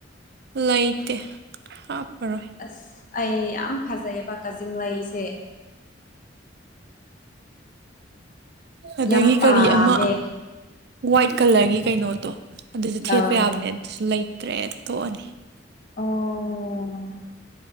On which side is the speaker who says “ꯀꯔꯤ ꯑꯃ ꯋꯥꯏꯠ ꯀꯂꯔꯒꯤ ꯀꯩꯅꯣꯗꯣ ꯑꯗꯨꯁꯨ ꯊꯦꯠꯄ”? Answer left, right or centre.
Right